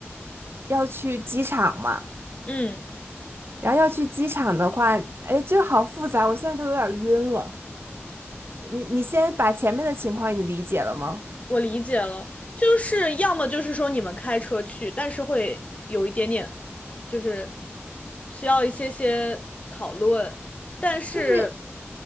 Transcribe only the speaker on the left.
嗯。
我理解了，就是要么就是说你们开车去，但是会有一点点，就是需要一些些讨论。但是